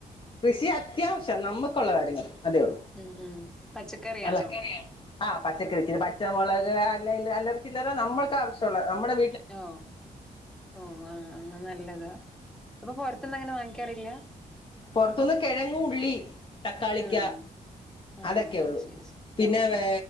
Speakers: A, on the left; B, in the centre.
A: കൃഷി അത്യാവശ്യം നമ്മക്കുള്ള കാര്യങ്ങള് അതേയോ
B: ഉം ഉം പച്ചക്കറിയാണോ
A: മലക്കറിയാ ആ പച്ചക്കറി ഇച്ചിരി പച്ച - പച്ചമുളക് അല്ല അല്ല ചില്ലറ നമ്മൾക്ക് ആവശ്യള്ള നമ്മടെ-
B: ഓ ഓ അത നല്ലതാ അപ്പൊ പൊർത്തന്നങ്ങനെ വാങ്ങിക്കാറില്ല
A: പൊർത്ത്ന്ന് കിഴങ്ങ്, ഉള്ളി, തക്കാളിക്ക
B: ആഹ് ആഹ്
A: അതെക്കെയൊള്ളൂ
B: ശരി ശരി
A: പിന്നെ
B: ഓ
A: വേ
B: ഓ